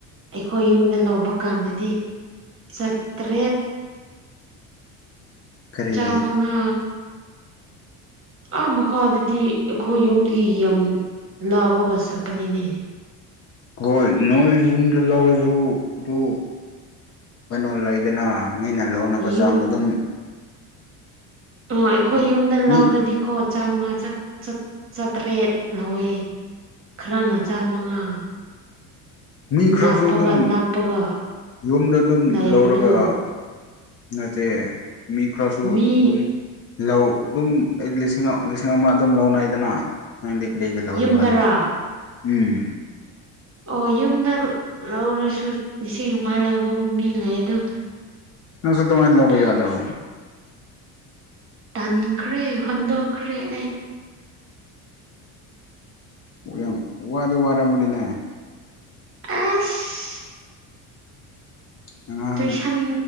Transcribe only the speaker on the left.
ꯀꯔꯤꯒꯤ
ꯍꯣꯏ ꯅꯣꯏ ꯌꯨꯝꯗ ꯂꯧꯔꯁꯨ ꯑꯗꯨ ꯀꯩꯅꯣ ꯂꯩꯗꯅ ꯃꯤꯅ ꯂꯧꯅꯕ
ꯆꯥꯡꯗ ꯑꯗꯨꯝ
ꯃꯤ
ꯃꯤ
ꯃꯤ ꯈꯔꯁꯨ
ꯑꯗꯨꯝ
ꯌꯨꯝꯗ ꯑꯗꯨꯝ
ꯂꯧꯔꯒ ꯅꯠꯇꯦ ꯃꯤ ꯈꯔꯁꯨ
ꯑꯗꯨꯝ ꯂꯧ ꯑꯗꯨꯝ ꯑꯩ ꯂꯤꯁꯤꯡ ꯂꯤꯁꯤꯡ ꯑꯃ ꯑꯗꯨꯝ ꯂꯧꯅꯩꯗꯅ ꯅꯪꯗꯤ ꯀꯔꯤꯒꯤ ꯂꯧꯗꯕꯔꯣ
ꯎꯝ
ꯅꯪꯁꯨ ꯗꯨꯃꯥꯏꯟ ꯂꯧꯕ
ꯌꯥꯗꯔꯣ
ꯌꯥꯝ ꯋꯥꯗꯤ ꯋꯥꯔꯝꯒꯅꯤꯅꯦ
ꯑꯉꯥꯡ